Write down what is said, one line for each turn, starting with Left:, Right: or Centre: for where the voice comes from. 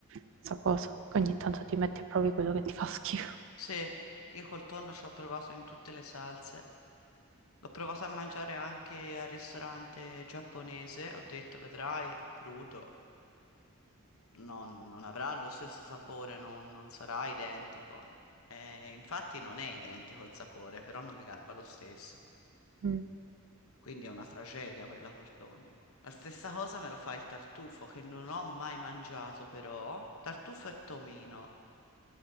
Right: questa cosa, che ogni tanto ti metti a provi quello che ti fa schifo.
Left: Sì, io col tonno ci ho provato in tutte le salse. L'ho provato a mangiare anche al ristorante giapponese, ho detto, vedrai, crudo. non, non avrà lo stesso sapore, non, non sarà identico. Eh, infatti non è identico il sapore, però non mi garba lo stesso.
Right: Mm.
Left: Quindi è una tragedia quella col tonno. La stessa cosa me lo fa il tartufo, che non ho mai mangiato però. Tartufo e tomino.